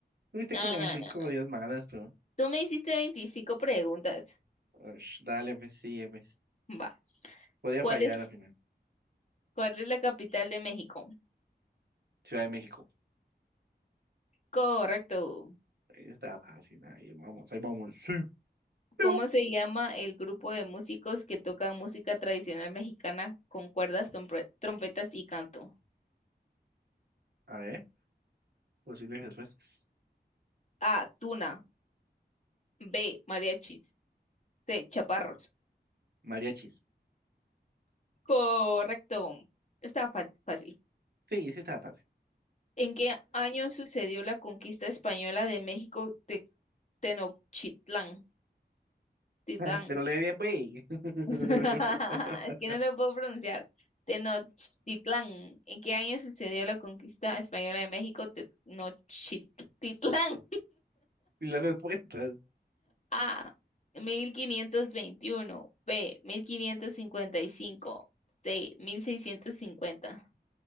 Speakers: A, on the right; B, on the left.
A: Tuviste
B: No,
A: como
B: no,
A: cinco
B: no.
A: o diez malas tú.
B: Tú me hiciste 25 preguntas.
A: Ush, dale, pues sí, pues.
B: Va.
A: Podría
B: ¿Cuál
A: fallar
B: es,
A: al final.
B: cuál es la capital de México?
A: Ciudad de México.
B: Correcto.
A: Ahí está fácil. Ahí vamos, ahí vamos. Sí. Piu.
B: ¿Cómo se llama el grupo de músicos que tocan música tradicional mexicana con cuerdas, trompe- trompetas y canto?
A: A ver, posibles respuestas.
B: A. Tuna. B. Mariachis. C. Chaparros.
A: Mariachis.
B: Correcto. Está fa- fácil.
A: Sí, sí estaba fácil.
B: ¿En qué año sucedió la conquista española de México de Tenochtitlán? Titlán.
A: <laughs> Pero le di bien, güey. <laughs>
B: <laughs> Es que no lo puedo pronunciar. Tenochtitlán. ¿En qué año sucedió la conquista española de México de Tenochtitlán?
A: Y las respuestas.
B: A. 1521, B. 1555, C. mil mil seiscientos cincuenta,